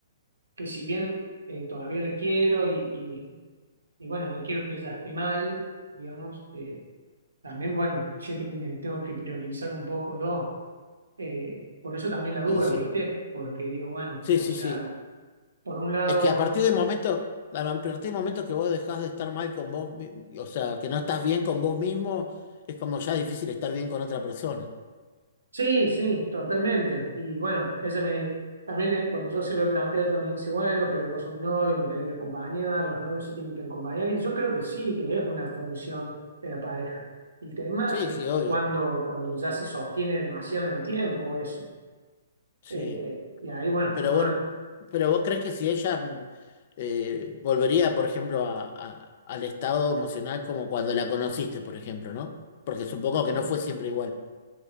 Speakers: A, on the right; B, on the left.
A: que si bien eh, todavía la quiero y, y- y bueno, no quiero que ella esté mal, digamos, eh, también, bueno, siento que me tengo que priorizar un poco yo. Eh, por eso también la duda,
B: Y sí.
A: ¿viste? Porque digo, bueno,
B: Sí,
A: o
B: sí,
A: sea,
B: sí.
A: por un lado
B: Es que a partir del momento, a partir del momento que vos dejás de estar mal con vos, mi- o sea, que no estás bien con vos mismo, es como ya difícil estar bien con otra persona.
A: Sí, sí, totalmente. Y bueno, ella me, también eh, cuando yo se lo he planteado, ella me dice, bueno, pero vos sos mi novio, me tenés que acompañar, los novios se tienen que acompañar, y yo creo que sí, que es una función de la pareja. El tema
B: Sí,
A: es
B: sí, obvio.
A: cuando, cuando ya se sostiene demasiado en el tiempo eso.
B: Sí.
A: Eh, y ahí, bueno,
B: Pero
A: uno,
B: vos, pero vos crees que si ella mm, eh, volvería, por ejemplo, a- a- al estado emocional como cuando la conociste, por ejemplo, ¿no? Porque supongo que no
A: eh,
B: fue siempre igual,